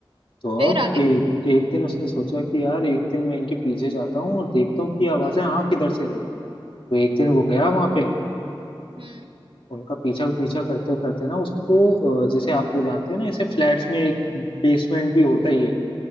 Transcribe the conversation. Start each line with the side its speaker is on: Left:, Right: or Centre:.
Left: तो
Right: फिर
Left: अब
Right: आगे
Left: एक एक दिन उसने सोचा कि यार एक दिन मैं इनके पीछे जाता हूँ और देखता हूँ कि ये आवाजें
Right: हम्म
Left: आ किधर से रही तो एक दिन वो गया वहां पे
Right: हम्म
Left: उनका पीछा पीछा करते करते ना उसको अ, जैसे आप वो जानते हो ना ऐसे फ्लैट्स में एक बेसमेंट भी होता ही है